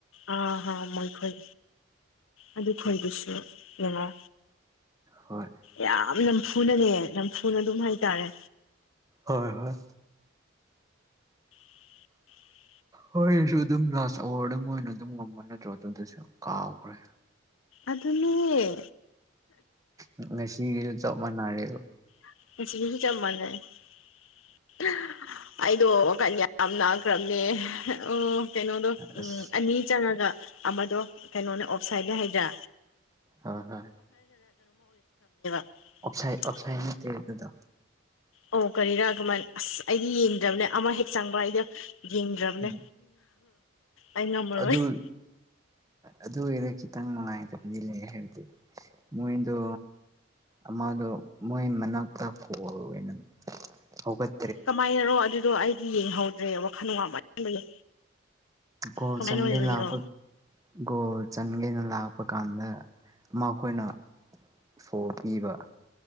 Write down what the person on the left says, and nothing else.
ꯑꯥ ꯑꯥ ꯃꯣꯏꯈꯣꯏ ꯑꯗꯨ ꯈꯣꯏꯗꯨꯁꯨ ꯌꯦꯡꯉꯣ
ꯌꯥꯝ ꯌꯥꯝ ꯅꯝꯐꯨꯅꯅꯦ ꯅꯝꯐꯨꯅ ꯑꯗꯨꯝ ꯍꯥꯏꯇꯥꯔꯦ
<inaudible>
ꯑꯗꯨꯅꯦ
<unintelligible> ꯑꯩꯗꯣ ꯋꯥꯈꯟ ꯌꯥꯝ ꯅꯥꯈ꯭ꯔꯕꯅꯦ ꯎꯝ ꯀꯩꯅꯣꯗꯣ
ꯎꯝ ꯑꯅꯤ ꯆꯪꯉꯒ ꯑꯃꯗꯣ ꯀꯩꯅꯣꯅꯦ ꯑꯣꯞ ꯁꯥꯏꯠꯅꯦ ꯍꯥꯏꯗ꯭ꯔ
<unintelligible>
ꯑꯣ ꯀꯔꯤꯔꯥ ꯀꯃꯥꯏꯅ ꯑꯁ ꯑꯩꯗꯤ ꯌꯦꯡꯗ꯭ꯔꯕꯅꯦ ꯑꯃ ꯍꯦꯛ ꯆꯪꯕ ꯑꯩꯗꯣ ꯌꯦꯡꯗ꯭ꯔꯕꯅꯦ
ꯑꯩ ꯉꯝꯃꯔꯣꯏ
<inaudible>
ꯀꯃꯥꯏꯅꯔꯣ ꯑꯗꯨꯗꯣ ꯑꯩꯗꯤ ꯌꯦꯡꯍꯧꯗ꯭ꯔꯦꯕ ꯋꯥꯈꯜ ꯋꯥꯃꯟꯕꯒꯤ
ꯀꯃꯥꯏꯅ
ꯑꯣꯏꯕꯒꯤꯔꯣ